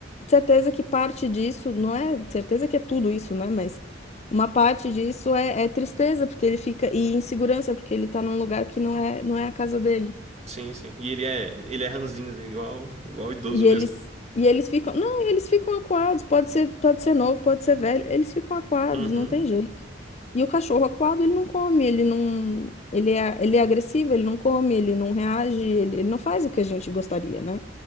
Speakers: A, on the left; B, on the right.
A: certeza que parte disso, não é certeza que é tudo isso, né? Mas uma parte disso é, é tristeza, porque ele fica. E insegurança, porque ele tá num lugar que não é, não é a casa dele.
B: Sim, sim. E ele é, ele é ranzinza, igual, igual idoso
A: E eles,
B: mesmo.
A: e eles ficam, não, eles ficam acuados, pode ser, pode ser novo, pode ser velho, eles ficam acuados,
B: Uhum,
A: não tem jeito. E o cachorro acuado, ele não come, ele não, ele é, ele é agressivo, ele não come, ele não reage, ele, ele não faz o que a gente gostaria, né?